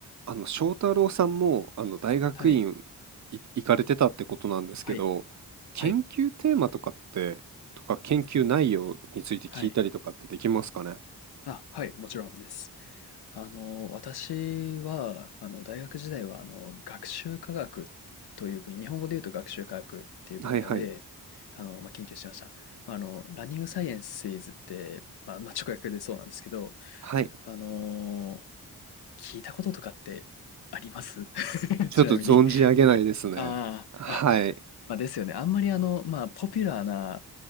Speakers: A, on the right; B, on the left.
A: あの、翔太郎さんも、あの、大学院い行かれてたってことなんですけど、
B: はい。はい。
A: 研究テーマとかって、
B: はい。
A: とか研究内容について聞いたりとかってできますかね
B: はい。あ、はい、もちろんです。あの、私は、あの、大学時代は、あの、学習科学という分野、日本語で言うと学習科学っていう分野で、
A: はいはい。
B: あの、まあ、研究してました。まあ、あの、ランニングサイエンスイズって、まあ、まあ、直訳でそうなんですけど、
A: はい。
B: あの、聞いたこととかってあります <laughs>
A: ちょっと存じ上げないですね。
B: ちなみにああ、
A: はい。
B: あ、まあですよね。あんまりあの、まあ、ポピュラーな